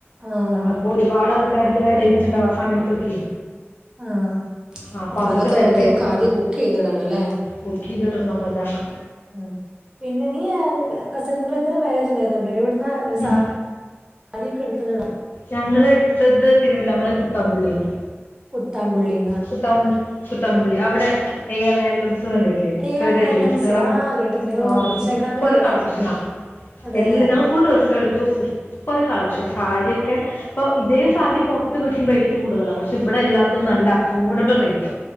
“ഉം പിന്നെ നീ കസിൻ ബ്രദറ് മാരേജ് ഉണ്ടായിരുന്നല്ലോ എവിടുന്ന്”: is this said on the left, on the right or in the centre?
Right